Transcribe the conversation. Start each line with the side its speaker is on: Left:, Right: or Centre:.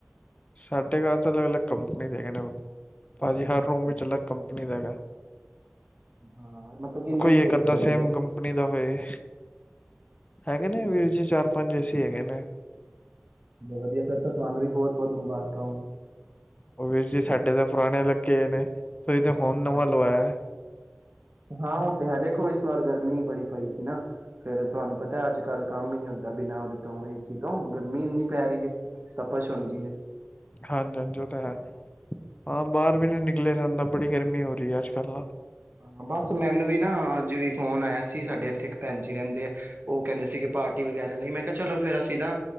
Left: ਸਾਡੇ ਘਰ ਤਾਂ ਅਲੱਗ-ਅਲੱਗ ਕੰਪਨੀ ਦੇ ਹੈਗੇ, ਨੇ ਭਾਜੀ
Right: ਅੱਛਾ
Left: ਹਰ
Right: ਅੱਛਾ
Left: ਰੂਮ ਵਿੱਚ ਅਲੱਗ ਕੰਪਨੀ ਦਾ ਹੈਗਾ।
Right: ਹਾਂ, ਮਤਲਬ ਕਿੰਨੇ
Left: ਕੋਈ
Right: ਕੁ
Left: ਇੱਕ
Right: ਏਸੀ
Left: ਅੱਧਾ
Right: ਲੱਗੇ
Left: ਸੇਮ
Right: ਦੇ।
Left: ਕੰਪਨੀ ਦਾ ਹੋਏ ਹੈਗੇ ਨੇ ਵੀਰ ਜੀ ਚਾਰ-ਪੰਜ ਏਸੀ ਹੈਗੇ ਨੇ।
Right: ਵਧੀਆ ਫਿਰ ਤਾਂ ਤੁਆਨੂੰ ਵੀ ਬਹੁਤ-ਬਹੁਤ ਮੁਬਾਰਕਾਂ ਹੁਣ
Left: ਉਹ ਵੀਰ ਜੀ ਸਾਡੇ ਤਾਂ ਪੁਰਾਣੇ ਲੱਗੇ ਨੇਂ ਤੁਹੀ ਤੇ ਹੁਣ
Right: ਅੱਛਾ
Left: ਨਵਾਂ ਲਵਾਇਆ।
Right: ਹਾਂ, ਉਹ ਤੇ ਹੈ, ਦੇਖੋ ਇਸ ਵਾਰ ਗਰਮੀ ਬੜੀ ਪਈ ਸੀ ਨਾਂ ਫੇਰ ਤੁਹਾਨੂੰ ਪਤਾ ਅੱਜ ਕੱਲ ਕੰਮ ਈ ਨੀਂ ਹੁੰਦਾ ਬਿਨਾਂ ਉਹਦੇ ਤੋਂ ਏਸੀ ਤੋਂ ਗਰਮੀ ਇੰਨੀ ਪੈ ਰਹੀ ਐ, ਤਪਸ਼ ਹੁੰਦੀ ਐ।
Left: ਹਾਂਜੀ, ਹਾਂਜੀ, ਉਹ ਤਾਂ ਹੈ। ਹਾਂ, ਬਾਰ ਵੀ ਨੀ ਨਿਕਲਿਆ ਜਾਂਦਾ। ਬੜੀ ਗਰਮੀ ਹੋ ਰਹੀ ਐ, ਅੱਜ ਕੱਲ੍ਹ ਨਾ
Right: ਹਾਂ, ਬਸ ਮੈਨੂੰ ਵੀ ਨਾਂ ਅਜੱ ਵੀ ਫੋਨ ਆਇਆ ਸੀ, ਸਾਡੇ ਇੱਥੇ ਇੱਕ ਭੈਣ ਜੀ ਰਹਿੰਦੇ ਆ, ਉਹ ਕਹਿੰਦੇ ਸੀਗੇ ਪਾਰਟੀ ਵਗੈਰਾ ਲਈ ਮੈਂ ਕਿਹਾ ਚਲੋ ਫਿਰ ਅਸੀਂ ਨਾ